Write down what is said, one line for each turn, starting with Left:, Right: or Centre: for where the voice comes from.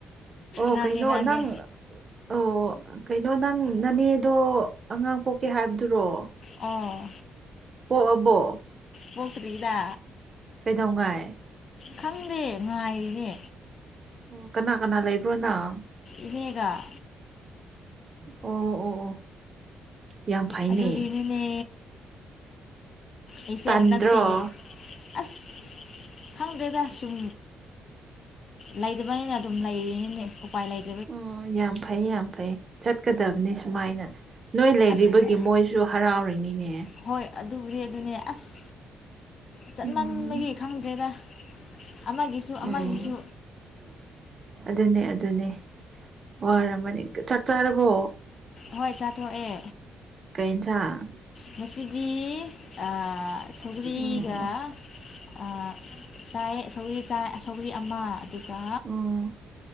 Right: ꯑꯣ
Left: ꯉꯥꯡꯒꯦ
Right: ꯀꯩꯅꯣ
Left: ꯉꯥꯡꯒꯦ
Right: ꯅꯪ ꯑꯣ ꯀꯩꯅꯣ ꯅꯪ ꯅꯅꯦꯗꯣ ꯑꯉꯥꯡ ꯄꯣꯛꯈꯤ ꯍꯥꯏꯕꯗꯨꯔꯣ
Left: ꯑꯥ
Right: ꯄꯣꯛꯑꯕꯣ
Left: ꯄꯣꯛꯇ꯭ꯔꯤꯗ
Right: ꯀꯩꯗꯧꯉꯥꯏ
Left: ꯈꯪꯗꯦ ꯉꯥꯏꯔꯤꯅꯦ
Right: ꯑꯣ ꯀꯅꯥ ꯀꯅꯥ ꯂꯩꯕ꯭ꯔꯣꯅꯪ
Left: ꯏꯅꯦꯒ
Right: ꯑꯣ ꯑꯣ ꯑꯣ ꯌꯥꯝ ꯐꯩꯅꯦ
Left: ꯑꯗꯨꯒꯤꯅꯤꯅꯦ ꯑꯩꯁꯦ
Right: ꯇꯟꯗ꯭ꯔꯣ
Left: ꯍꯟꯗꯛꯁꯦ ꯑꯁ ꯈꯪꯗ꯭ꯔꯦꯗ ꯁꯨꯝ ꯂꯩꯇꯕꯅꯤꯅ ꯑꯗꯨꯝ ꯂꯩꯔꯤꯅꯤꯅꯦ ꯎꯄꯥꯏ ꯂꯩꯇ
Right: ꯑꯣ ꯌꯥꯝ ꯐꯩ ꯌꯥꯝ ꯐꯩ ꯆꯠꯀꯗꯕꯅꯤ ꯁꯨꯃꯥꯏꯅ ꯅꯣꯏ ꯂꯩꯔꯤꯕꯒꯤ
Left: ꯑꯁ
Right: ꯃꯣꯏꯁꯨ ꯍꯔꯥꯎꯔꯤꯅꯤꯅꯦ
Left: ꯍꯣꯏ ꯑꯗꯨꯕꯨꯗꯤ ꯑꯗꯨꯅꯦ ꯑꯁ ꯆꯠꯃꯟꯕꯒꯤ
Right: ꯎꯝ
Left: ꯈꯪꯗ꯭ꯔꯦꯗ ꯑꯃꯒꯤꯁꯨ
Right: ꯎꯝ
Left: ꯑꯃꯒꯤꯁꯨ
Right: ꯑꯗꯨꯅꯦ ꯑꯗꯨꯅꯦ ꯋꯥꯔꯝꯃꯅꯤ ꯆꯥꯛ ꯆꯥꯔꯕꯣ
Left: ꯍꯣꯏ ꯆꯥꯊꯣꯛꯑꯦ
Right: ꯀꯩ ꯏꯟꯁꯥꯡ
Left: ꯉꯁꯤꯗꯤ ꯑꯥ ꯁꯧꯒꯔꯤꯒ
Right: ꯎꯝ
Left: ꯑꯥ ꯆꯥꯏꯌꯦ ꯁꯧꯒꯔ꯭ꯤ ꯆꯥꯏ ꯁꯧꯒꯔꯤ ꯑꯃ ꯑꯗꯨꯒ
Right: ꯎꯝ